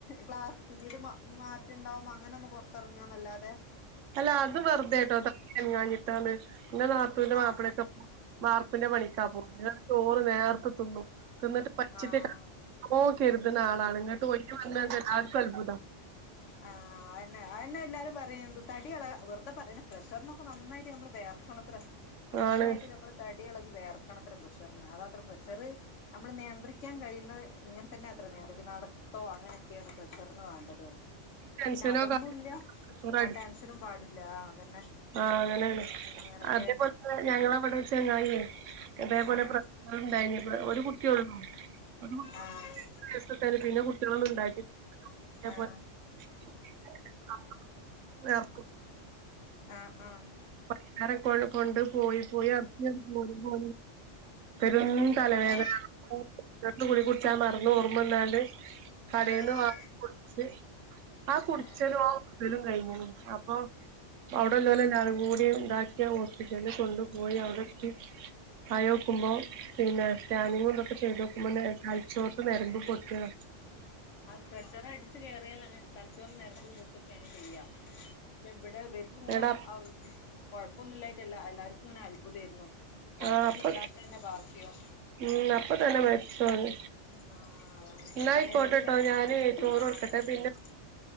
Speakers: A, on the left; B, on the right.
A: ക്ളാസ് പിരീഡ് മ മാറ്റണ്ടാവുമ്പോ അങ്ങനെ ഒന്ന് പൊർ ത്തെർങ്ങ ന്നല്ലാതെ
B: അല്ല അത് വെറുതെട്ടോ തട്യ ൻങ്ങാഞ്ഞിട്ടാണ് ന്റെ നാത്തൂന്റെ മാപ്പിളൊക്കെ
A: ആഹ്
B: വാർപ്പിന്റെ പണിക്കാ പോല് ന്ന്ട് ചോറ് നേർത്തെ തിന്നും തിന്നിട്ട് പൈച്ചിട്ടെയ്ക്കാരം
A: ആഹ്
B: നല്ലോം കരുത്ണാളാണ് ങ്ങട്ടു വയ്ന് വന്നത് എല്ലാർക്കും അൽഭുതം
A: ആ അഅന്നേ അഅന്നെ എല്ലാരും പറിൺത് തടി എളക വെർതെ പറെനെ പ്രഷർനൊക്കെ നന്നായിട്ട് ഞമ്മള് വെയർക്കും ത്ര നന്നായിട്ട്
B: ആണ്
A: നമ്മള് തടി എളകി വെയർക്കണത്ര പ്രഷർന് അതാത്രെ പ്രഷറ് നമ്മള് നെയന്ത്രിക്കാൻ കഴിയ്ണെ ഇങ്ങൻതെന്നെത്ര നിയന്ത്രിക്ക നട് ത്തോ അങ്ങനെക്കേണ് പ്രഷർന് വാണ്ടത് ന്ന്
B: ടെൻഷനോ
A: പിന്നെ അതൊന്നുല്ല്യ
B: കാര്യങ്ങളോ
A: ആ ടെൻഷനും പാടില്ലാ അതന്നെ
B: ആ അങ്ങനേണ്
A: അങ്ങനൊക്കെ
B: അതേപോൽ തെന്നെ ഞങ്ങള വടെ ഒര് ചെങ്ങായിയ് തേപോലെ
A: ആഹ്
B: പ്രശ്റ്ണ്ടായ്നു ഒരു കുട്ടിള്ളൂ <unintelligible>
A: ആഹ്
B: <unintelligible> പിന്നെ കു ട്ട്യാളൊന്നുണ്ടായിട്ട <unintelligible>
A: ആഹ് ആഹ് ആഹ്
B: പൈക്കാര കൊ കൊണ്ട് പോയി പോയി ർക്ക്യണ്ട് പോരുമ്പോ പെരും തലവേദന
A: എങ്ങനെ
B: പ്രസർന്റെ ഗുളികുട്ച്ചാ മർന്ന് ഓർമ്മന്നാണ്ട് കടേന്ന്
A: ആഹ്
B: വ കുട്ച്ച് ആ കുട്ചെലു
A: ആഹ്
B: കലും കഴിഞ്ണ് അപ്പൊ അവിടെല്ലോലെല്ലാരും കൂട് ണ്ടാക്യ ഹോസ്പിറ്റല് കൊണ്ട്പോയി അവിടെത്തി യോക്കുമ്പോ പിന്നെ സ്കാനിങ്ങു തൊക്കെ ചെയ്തോക്കുമ്പോ തലചോർതെ നരമ്പ് പൊട്ടിത
A: അത് ഫ്രഷർ അട്ച്ച് കേറിയാലാണ് തലചോർന്റെ നെര്മ്പ് പൊട്ടും കേമിൽ ചെയ്യ ച്ചെ ബ്ടെ വര്ക്ക്ങ്ങനെ
B: എടാ
A: അവ് ഉം കൊഴ്പ്പൊന്നുല്ലായ്റ്റല്ല എല്ലാര്ക്കും ങ്ങനെ അൽബുതേര്ന്നു. കൊഴ്പ്പൊന്നുംല്ലാത്തെന്നെ
B: ആ അപ്പ
A: ഭാഗ്യം.
B: ഉം അപ്പ തന്നെ മരിച്ചു ഓന്
A: ആ അതങ്ങനെക്കെ
B: ന്നാ ആയിക്കോട്ടെട്ടോ
A: പിന്നെ ല്ലെങ്കി പിന്നെ
B: ഞാന് ചോറ്
A: ആ
B: കൊടുക്കട്ടെ
A: ന്നാ ശരി.
B: പിന്നെ